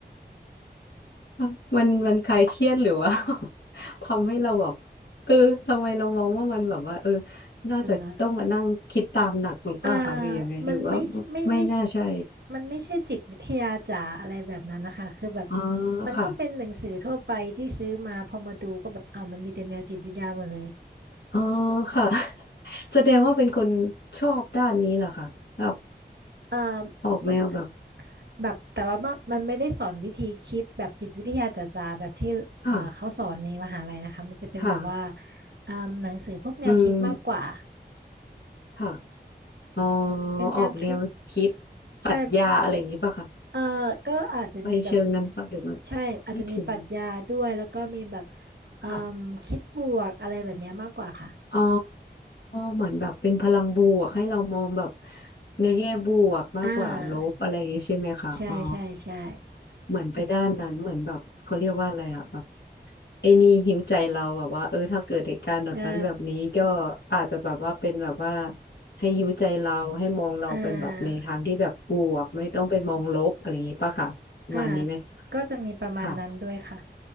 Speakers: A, on the left (about 70°); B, on the right (about 70°).
A: มันมันคลายเครียดหรือว่า <laughs> ทำให้เราแบบเออทำไมเรามองว่ามันแบบว่าเออน่าจะต้องมานั่งคิดตามหนักหรือเปล่าคะหรือยังไงหรือว่า
B: อะไรล่ะอ่ามันไม่ไม่ไม่
A: ไม่น่าใช่
B: มันไม่ใช่จิตวิทยาจ๋าอะไรแบบนั้นนะคะคือแบบ
A: อ๋อ
B: มันก็เป็นหนังสือทั่วไปที่ซื้อมาพอมาดูก็แบบเอาวมันมีแต่แนวจิตวิทยาหมดเลย
A: ค่ะอ๋อค่ะ <laughs> แสดงว่าเป็นคนชอบด้านนี้เหรอคะแบบ
B: เอ่อ
A: ออกแนวแบบ
B: มัน แบบแต่ว่ามันไม่ได้สอนวิธีคิดแบบจิตวิทยาจ๋าๆแบบที่เอ่อเขาสอนในมหาลัยนะคะมันจะเป็นแบบว่า
A: ค่ะค่ะ
B: อ่าหนังสือพวกแนวคิดมากกว่า
A: อืมค่ะอ๋อ
B: เป็นแนวคิด
A: ออกแนวคิดปรัชญาอะไรอย่างนี้ป่ะคะ
B: ใช่เออก็อาจจะมีแบบ
A: ไปเชิงนั้นป่ะหรือว่า
B: ใช่อาจจะมีปรัชญาด้วยแล้วก็มีแบบ
A: ไม่ถึง
B: เอ่มคิดบวกอะไรแบบเนี้ยมากกว่าค่ะ
A: ค่ะ อ๋อเหมือนแบบเป็นพลังบวกให้เรามองแบบในแง่บวกมากกว่าลบอะไรอย่างนี้ใช่ไหมคะอ๋อ
B: อ่าใช่ใช่ใช่
A: เหมือนไปด้านนั้นเหมือนแบบเขาเรียกว่าอะไรอะแบบไอ้นี่หิวใจเราแบบว่าเออถ้าเกิดเหตุการณ์แบบนั้นแบบนี้ก็
B: ใช่
A: อาจจะแบบว่าเป็นแบบว่าให้หิวใจเราให้มองเราเป็นแบบในทางที่แบบบวกไม่ต้องไปมองลบอะไรอย่างนี้ป่ะค่ะประมาณนี้ไหม
B: อ่าอ่าก็จะมีประมาณนั้นด้วยค่ะ
A: ค่ะ